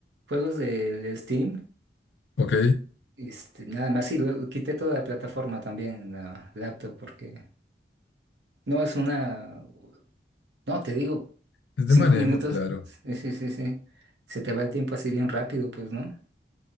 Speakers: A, on the right; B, on the left.
A: juegos del Steam.
B: Ok,
A: Este, nada más, sí, lo- quité toda la plataforma también en la laptop porque no es una, no, te digo,
B: es
A: cinco
B: de manejo,
A: minutos,
B: claro.
A: sí, sí, sí, sí, se te va el tiempo así bien rápido, pues, ¿no?